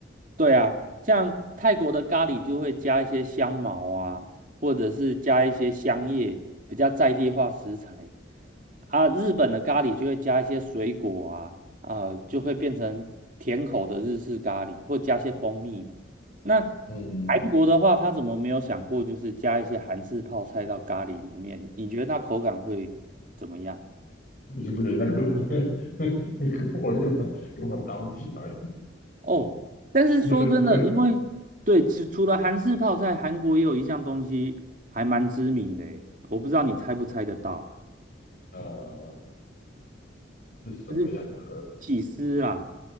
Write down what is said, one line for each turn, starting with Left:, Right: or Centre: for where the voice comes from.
Right: 对啊，像泰国的咖喱就会加一些香茅啊，或者是加一些香叶，比较在地化食材啊。日本的咖喱就会加一些水果啊，啊、就会变成甜口的日式咖喱，或加些蜂蜜嘛。那
Left: 嗯，
Right: 韩国的话，他怎么没有想过就是加一些韩式泡菜到咖喱里面？你觉得那口感会怎么样？
Left: 不行不行，那个 <laughs> 那个我根本根本搭不起来，<laughs>
Right: 哦，但是说真的，
Left: 对对对，
Right: 因为对，除除了韩式泡菜，韩国也有一项东西还蛮知名的诶我不知道你猜不猜得到，
Left: 呃，是什么样的？
Right: 就是起司啦。